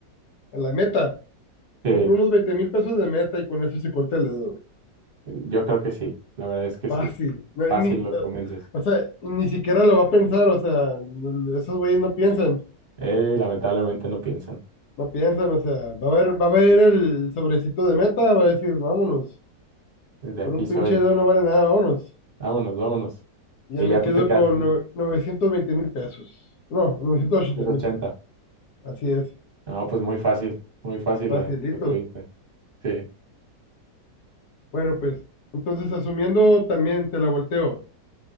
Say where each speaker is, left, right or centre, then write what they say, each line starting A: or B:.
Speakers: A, on the left; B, on the right.
A: a la meta.
B: Sí,
A: Compro unos veinte mil pesos de meta y con eso se corta el dedo, güey.
B: yo creo que sí, la verdad es que
A: Fácil.
B: sí.
A: No,
B: Fácil
A: ni,
B: los
A: o
B: convences.
A: o sea, ni siquiera lo va a pensar, o sea, esos güeyes no piensan.
B: Eh, lamentablemente no piensan.
A: No piensan, o sea, va a haber, va a haber el sobrecito de meta, va a decir, vámonos,
B: Desde
A: por
B: aquí
A: un
B: soy.
A: pinche dedo no vale nada, vámonos.
B: Vámonos, vámonos.
A: Ya
B: Y ya
A: me
B: tú
A: quedo
B: te quedas
A: con nove- novecientos veinte mil pesos. No, novecientos
B: ¿no?
A: ochenta
B: trescientos
A: mil.
B: ochenta
A: Así es,
B: No, pues muy fácil, muy fácil
A: facilito.
B: la, la tuviste. Sí.
A: Bueno, pues, entonces asumiendo también, te la volteo.